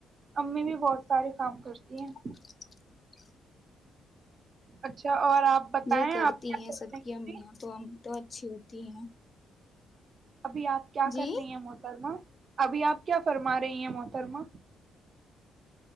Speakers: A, on the right; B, on the left.
A: امی بھی بہت سارے کام کرتی
B: <inaudible>
A: ہیں اچھا اور آپ بتائیں
B: جی کرتی
A: آپ کیا
B: ہیں
A: کر
B: سب
A: رہے
B: کی ایاں
A: ہیں ابھی
B: تو اچھی ہوتی ہیں
A: ابھی آپ کیا
B: جی
A: کر رہی ہیں محترما ابھی آپ کیا فرما رہی ہیں محترما